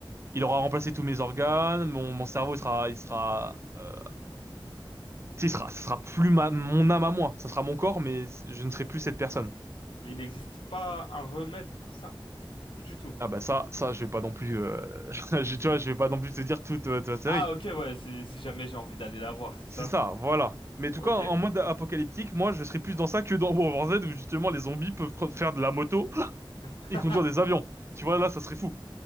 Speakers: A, on the right; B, on the left.
A: Il aura remplacé tous mes organes, mon, mon cerveau, il sera, il sera, euh, Tu sais, ce sera, ce sera plus ma- mon âme à moi, ça sera mon corps, mais je ne serai plus cette personne.
B: Mais il n'existe pas un remède pour ça? Du tout.
A: Ah bah ça, ça, je vais pas non plus, euh, <laughs> je- tu vois, je vais pas non plus te dire toute euh, ta série.
B: Ah ok ouais, c'est- si jamais j'ai envie d'aller la voir, c'est ça?
A: C'est ça, voilà. Mais en tout
B: Ok.
A: cas, en mode apocalyptique, moi, je serais plus dans ça que dans World War Z, où justement les zombies peuvent pre- faire de la moto
B: <laughs>
A: et conduire des avions. Tu vois, là, ça serait fou.